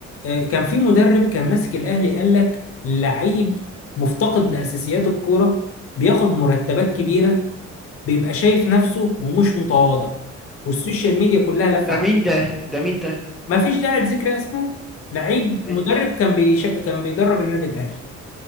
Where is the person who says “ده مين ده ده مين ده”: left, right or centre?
Centre